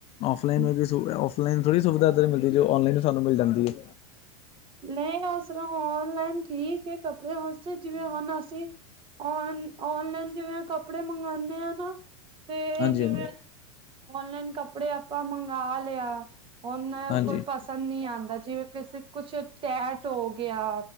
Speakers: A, on the left; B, on the right.
A: ਫਲਾਈਨ।
B: ਹਮ
A: ਆਨਲਾਈਨ ਥੋੜੀ ਸੁਵਿਧਾ ਇਧਰ ਮਿਲਦੀ ਜੋ ਆਨ ਲਾਈਨ ਸਾਨੂੰ ਮਿਲ ਜਾਂਦੀ ਐ।
B: ਨਈ ਉਸ ਤਰਾਂ ਔਨਲਾਈਨ ਠੀਕ ਐ ਕੱਪੜੇ ਵਾਸਤੇ ਜਿਵੇਂ ਹੁਣ ਅਸੀਂ ਔਨਲਾਈਨ ਜਿਵੇਂ ਕੱਪੜੇ ਮੰਗਵਾਉਦੇ ਆ ਨਾ ਤੇ
A: ਹਾਂਜੀ
B: ਜਿਵੇਂ
A: ਹਾਂਜੀ
B: ਔਨਲਾਈਨ ਕੱਪੜੇ ਆਪਾਂ ਮੰਗਾ ਲੇਆ ਹੁਨ
A: ਹਾਂਜੀ
B: ਕੋਈ ਪਸੰਦ ਨੀ ਆਂਦਾ ਜਿਵੇਂ ਕਿਸ ਕੁਛ ਟੈਟ ਹੋ ਗਿਆ।